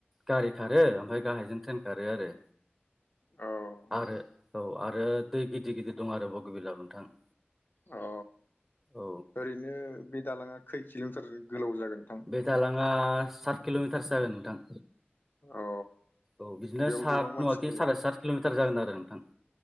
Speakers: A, in the centre; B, on the left.
A: गारि खारो ओमफ्राय गाहायजों ट्रेन खारो आरो।
B: औ
A: आरो औ आरो दै गिदिर गिदिर दं आरो बगेबिलाव नोंथां।
B: अ
A: औ
B: ओरैनो बे दालांङा खै किल'मिटार गोलाव जागोन नोंथां?
A: बे दालांङा सात किल'मिटारसो जागोन नोंथां।
B: अ
A: औ बिदिनो
B: बेयाव
A: सात
B: गोबां मानसिफोर
A: नंङाखि साराय सात किल'मिटार जागोन आरो नोंथां।